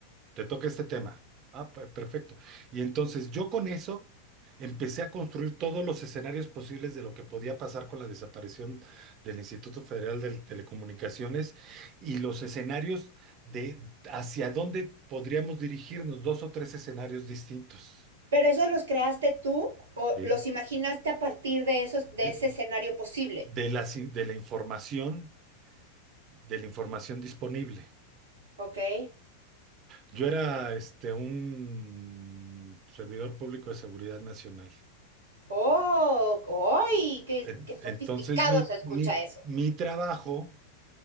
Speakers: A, on the right; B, on the right.
A: te toca este tema. Ah, pe- perfecto. Y entonces yo con eso empecé a construir todos los escenarios posibles de lo que podía pasar con la desaparición del Instituto Federal de Telecomunicaciones y los escenarios de hacia dónde podríamos dirigirnos, dos o tres escenarios distintos,
B: pero esos los creaste tú o
A: ¿sí?
B: los imaginaste a partir de esos,
A: De,
B: de ese escenario posible.
A: de las in- de la información, de la información disponible.
B: Ok.
A: Yo era este un servidor público de seguridad nacional.
B: Oh, ¡ay! Qué,
A: En-
B: qué
A: Entonces
B: sofisticado
A: mi,
B: se escucha
A: mi,
B: eso.
A: mi trabajo